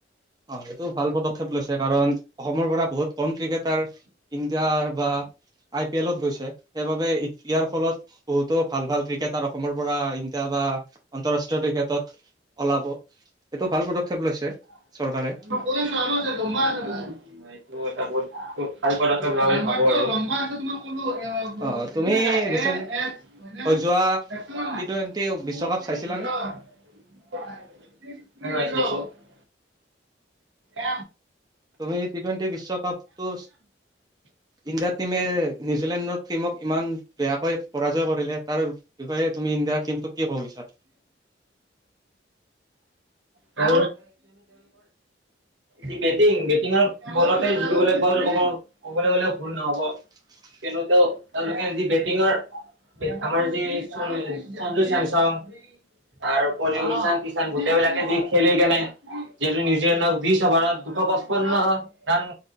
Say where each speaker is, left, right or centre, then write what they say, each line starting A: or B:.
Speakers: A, on the right; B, on the right.
A: অ' এইেটোও ভাল পদক্ষেপ লৈছে, কাৰণ অসমৰ পৰা বহুত। কম ক্ৰিকেটাৰ ইণ্ডিয়া বা আই পি এলত গৈছে, সেইবাবে ইয়াৰ ফলত বহুতো ভাল ভাল ক্ৰিকেটাৰ অসমৰ পৰা ইণ্ডিয়া বা আন্তৰাষ্ট্ৰীয় বিশ্ব ক্ৰিকেটত ওলাব এইটো ভাল পদক্ষেপ লৈছে।
B: <unintelligible>
A: চৰকাৰে
B: <unintelligible>
A: অ তুমি
B: <unintelligible>
A: ৰিচেণ্ট হৈ যোৱা টি টুৱেণ্টি বিশ্বকাপ
B: <unintelligible>
A: চাইছিলানে
B: এ
A: তুমি টি টুৱেণ্টি বিশ্বকাপটো ইণ্ডিয়া টিমে নিউজিলেণ্ডৰ টিমক ইমান বেয়াকৈ পৰাজয় কৰিলে তাৰ বিষয়ে তুমি ইণ্ডিয়াৰ টিমটোক কি ক'ব বিচাৰ
B: <unintelligible> যি বেটিং বেটিঙৰ বলতে জিকিবলৈ পোৱা বুলি ক'ব, ক'বলৈ গ'লে ভুল নহব।
A: <inaudible>
B: কেন ত <unintelligible> সিঙৰ আমাৰ যি চন্দু চেমচং তাৰ উপৰিও
A: অ
B: কিষণ কিষণ গোটেইবিলাকে যি খেলি কেনে যিহেতু নিজ ইংলেণ্ডক বিশ অভাৰত দুশ পাঁচপন্ন ৰাণ